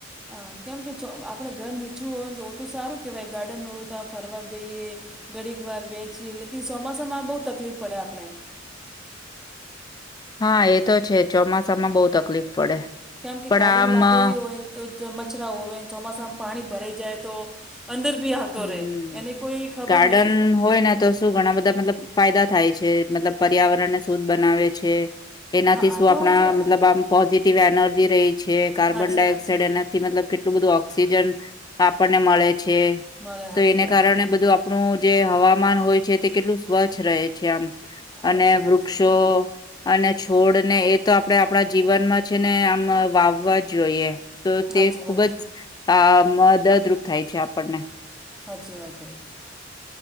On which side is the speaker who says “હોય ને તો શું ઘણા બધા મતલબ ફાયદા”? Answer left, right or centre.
Left